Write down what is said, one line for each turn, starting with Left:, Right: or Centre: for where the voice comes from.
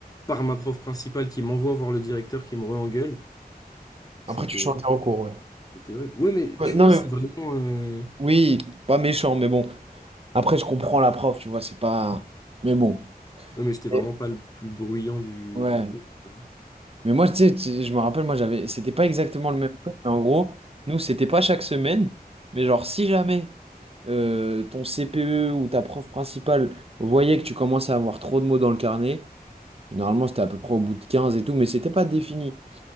Left: par ma prof principale qui m'envoie voir le directeur qui me re-engueule. C'était,
Right: Après, tu chantais en cours, ouais.
Left: c'était horrible. Ouais, mais
Right: Ouais,
Left: tu
Right: Non,
Left: vois,
Right: mais...
Left: c'est vraiment... euh,
Right: Oui, pas méchant, mais bon. Après, je comprends la prof, tu vois, c'est pas... Mais bon.
Left: Ouais, mais j'étais vraiment
Right: Et-
Left: pas le plus bruyant du,
Right: Ouais.
Left: du cours. quoi.
Right: Mais moi, tu sais, tu- je me rappelle, moi, j'avais, c'était pas exactement le même truc, mais en gros, nous, c'était pas chaque semaine, mais genre, si jamais euh, ton CPE ou ta prof principale voyait que tu commençais à avoir trop de mots dans le carnet, normalement, c'était à peu près au bout de 15 et tout, mais c'était pas défini.